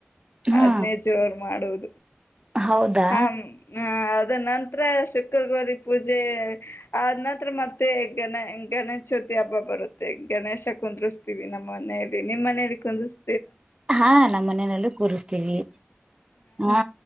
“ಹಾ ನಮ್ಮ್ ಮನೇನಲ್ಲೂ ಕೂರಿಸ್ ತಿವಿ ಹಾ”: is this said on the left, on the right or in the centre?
Right